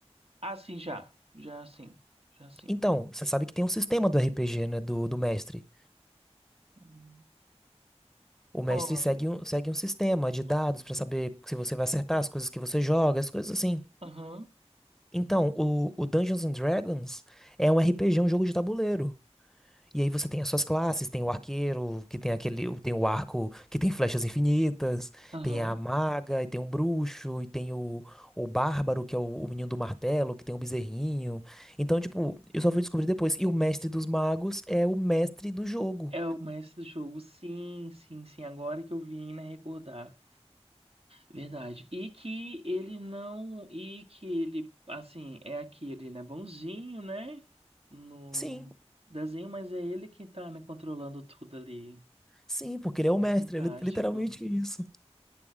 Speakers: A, on the right; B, in the centre.
A: Ah, sim, já. Já sim. Já sim.
B: Então, você sabe que tem um sistema do RPG, né? Do, do mestre.
A: Hum.
B: O mestre
A: Olha.
B: segue um, segue um sistema de dados
A: ó.
B: pra saber se você vai acertar as coisas que você joga, as coisas assim.
A: Aham.
B: Então, o, o Dungeons and Dragons é um RPG, um jogo de tabuleiro. E aí você tem as suas classes, tem o arqueiro, que tem aquele, o- tem o arco que tem flechas infinitas,
A: Aham.
B: tem a maga, e tem o bruxo, e tem o, o bárbaro, que é o, o menino do martelo, que tem o bezerrinho. Então, tipo, eu só fui descobrir depois. E o mestre dos magos é o mestre do jogo.
A: É o mestre do jogo. Sim, sim, sim. Agora que eu vim, né, recordar. Verdade. E que ele não. E que ele, assim, é aquele, né, bonzinho, né? No
B: Sim,
A: desenho, mas é ele que tá, né, controlando tudo ali.
B: sim, porque ele é
A: É
B: o mestre,
A: fantástico.
B: é li- literalmente isso.